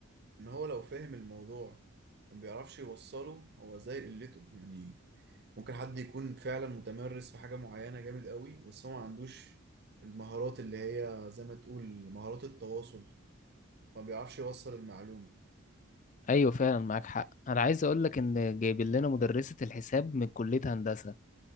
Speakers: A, on the right; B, on the left.
A: إن هو لو فاهم الموضوع وما بيعرفش يوصله هو زي قلته يعني ممكن حد يكون فعلا متمرس في حاجة معينة جامد قوي بس هو ما عندوش المهارات اللي هي زي ما تقول مهارات التواصل فما بيعرفش يوصل المعلومة
B: ايوه فعلا معاك حق انا عايز اقولك ان جايبين لنا مدرسة الحساب من كلية هندسة